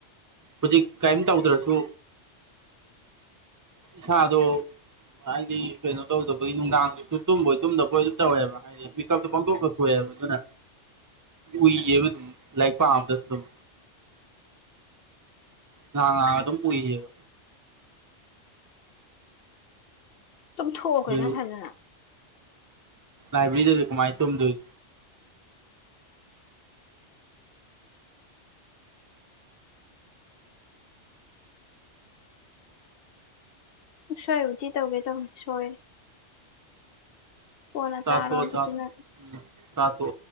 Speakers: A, on the right; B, on the left.
A: ꯍꯧꯖꯤꯛ ꯀꯔꯤꯝ ꯇꯧꯗ꯭ꯔꯁꯨ ꯏꯁꯥꯗ‌ꯣ ꯍꯥꯏꯗꯤ ꯀꯩꯅꯣ ꯇꯧꯗꯕꯒꯤ ꯅꯨꯡꯗꯥꯡꯗꯨꯁꯨ ꯇꯨꯝꯕꯣꯏ ꯇꯨꯝꯗꯕꯣꯏ ꯑꯗꯨꯝ ꯇꯧꯋꯦꯕ ꯍꯥꯏꯗꯤ ꯄꯤꯀꯞ ꯄꯪꯊ‌ꯣꯛꯇ ꯊ‌ꯣꯛꯑꯦꯕ ꯑꯗꯨꯅ ꯎꯏꯌꯦꯕ ꯑꯗꯨꯝ ꯂꯥꯏꯔꯤꯛ ꯄꯥꯝꯕꯗ ꯑꯗꯨꯝ ꯉꯥꯏꯍꯛ ꯉꯥꯏꯍꯛ ꯑꯗꯨꯝ ꯑꯨꯏꯌꯦꯕ
B: ꯇꯨꯝꯊꯣꯛꯑ‌ꯣ
A: ꯑꯗꯨ
B: ꯀꯩꯅ‌ꯣ ꯐꯖꯅ
A: ꯂꯥꯏꯕ꯭ꯔꯤꯗꯨꯗ ꯀꯃꯥꯏꯅ ꯇꯨꯝꯗꯣꯏꯅ‌ꯣ
B: ꯎꯁꯣꯏ ꯎꯇꯤ ꯇꯧꯒꯦ ꯇꯧꯕꯅꯤ ꯁꯣꯏꯔꯗꯤ ꯀꯣꯟꯅ
A: ꯆꯊꯣ
B: ꯆꯥꯔꯣ ꯑꯗꯨꯗꯤ
A: ꯆ
B: ꯅꯪ
A: ꯎꯝ ꯆꯊꯣ